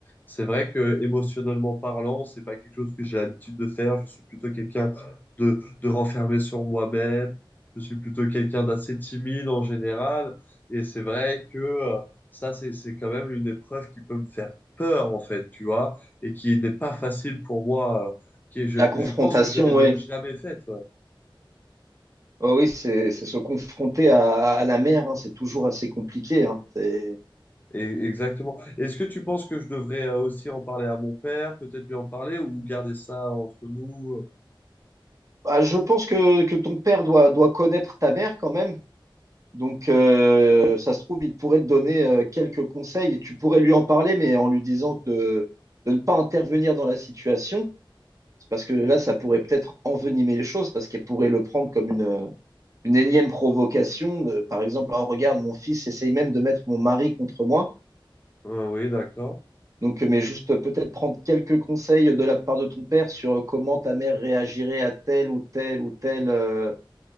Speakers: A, on the left (about 20°); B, on the right (about 40°).
A: C'est vrai que émotionnellement parlant, c'est pas quelque chose que j'ai l'habitude de faire. Je suis plutôt quelqu'un de, de renfermé sur moi-même. Je suis plutôt quelqu'un d'assez timide en général. Et c'est vrai que euh, ça, c'est, c'est quand même une épreuve qui peut me faire peur, en fait, tu vois et qui n'est pas facile pour moi. euh, qui est- je,
B: La confrontation,
A: je pense que je l'ai même
B: oui.
A: jamais faite. Ouais.
B: Oh oui, c'est c'est se confronter à, à la mer, hein. C'est toujours assez compliqué, hein. C'est-
A: Et, exactement. Est-ce que tu penses que je devrais euh, aussi en parler à mon père, peut-être lui en parler ou garder ça entre nous? euh
B: Bah, je pense que, que ton père doit, doit connaître ta mère quand même. Donc, euh, ça se trouve, il pourrait te donner euh, quelques conseils et tu pourrais lui en parler, mais en lui disant de, de ne pas intervenir dans la situation. C'est Parce que là, ça pourrait peut-être envenimer les choses, parce qu'elle pourrait le prendre comme une, euh, une énième provocation. euh, par exemple, oh, regarde, mon fils essaye même de mettre mon mari contre moi.
A: Ah oui, d'accord.
B: Donc, euh, mais juste euh, peut-être prendre quelques conseils de la part de ton père sur euh, comment ta mère réagirait à telle ou telle ou telle euh,